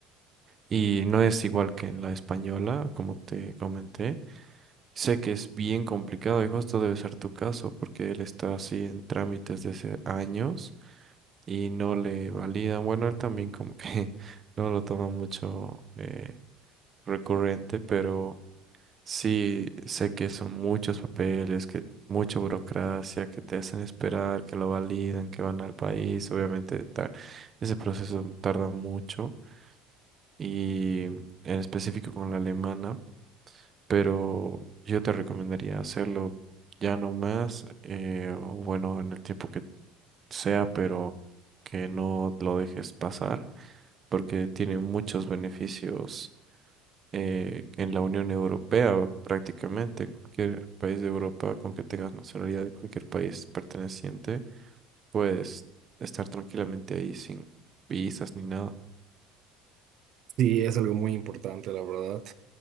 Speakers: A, on the right; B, on the right.
A: y no es igual que en la española, como te comenté. Sé que es bien complicado y justo debe ser tu caso porque él está así en trámites desde hace años y no le validan. Bueno, él también como que <laughs> no lo toma mucho eh, recurrente, pero Sí, sé que son muchos papeles, que mucha burocracia, que te hacen esperar, que lo validan, que van al país. Obviamente, ta- ese proceso tarda mucho y en específico con la alemana, pero yo te recomendaría hacerlo ya no más, eh, o bueno, en el tiempo que sea, pero que no lo dejes pasar, porque tiene muchos beneficios eh, en la Unión Europea, prácticamente en cualquier país de Europa con que tengas nacionalidad de cualquier país perteneciente, puedes estar tranquilamente ahí sin visas ni nada.
B: Sí, es algo muy importante, la verdad.